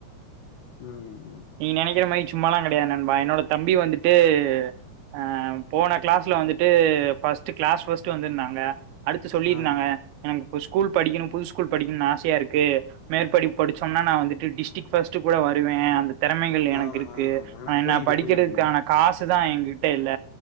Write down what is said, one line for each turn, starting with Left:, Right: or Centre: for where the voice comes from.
Left: உம்
Right: நீ நெனைக்கிற மாரி சும்மாலா கெடையாது நண்பா என்னோட தம்பி வந்துட்டு ஆ போன கிளாஸ்ல வந்துட்டு ஃபர்ஸ்ட்டு கிளாஸ் ஃபர்ஸ்ட் வந்திருந்தாங்க அடுத்து சொல்லிருந்தாங்க
Left: ஆ
Right: எனக்கு ஒரு ஸ்கூல் படிக்கனு புது ஸ்கூல் படிக்கனு ஆசயாருக்கு மேற்படிப்பு படுச்சோம்னா நா வந்துட்டு டிஸ்டிக் ஃபர்ஸ்ட் கூட வந் வருவே அந்த திறமைகள் எனக்கு
Left: ஆ
Right: இருக்கு
Left: ஆ எனக்கு
Right: ஆன
Left: புரியுது
Right: நா படிக்கிறதுக்கான
Left: புரியுது
Right: காசு தா எங்கிட்ட இல்ல